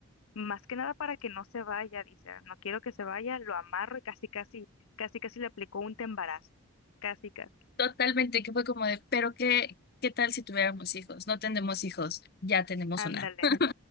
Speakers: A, on the left; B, on the left.
A: más que nada para que no se vaya, dice, "Ah, no quiero que se vaya, lo amarro y casi, casi, casi, casi le aplicó un tembarazo, casi, casi,
B: Totalmente, que fue como de, pero qué, qué tal si tuviéramos hijos? No tenemos hijos, ya tenemos
A: ándale.
B: una. <laughs>